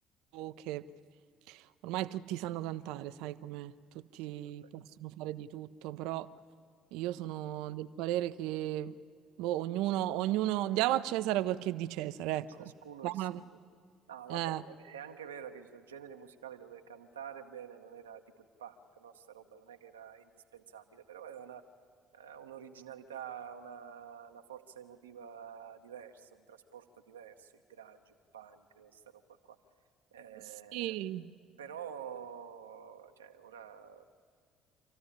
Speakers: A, on the right; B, on the right.
A: che ormai tutti sanno cantare, sai com'è? Tutti
B: Sì, vabbè.
A: possono fare di tutto, però io sono del parere che boh, ognuno, ognuno diamo a Cesare quel che è di Cesare,
B: Eh,
A: ecco.
B: ciascuno
A: Diamo
B: il suo. Ah, vabbè,
A: la- eh,
B: è, è anche vero che ci sono generi musicali dove cantare bene non era tipo il punk, no? Sta roba non è che era indispensabile, però aveva una, eh, un'originalità, una, una forza emotiva diversa, un trasporto diverso, il grunge, il punk, sta roba qua. Eh,
A: sì.
B: però, cioè, ora,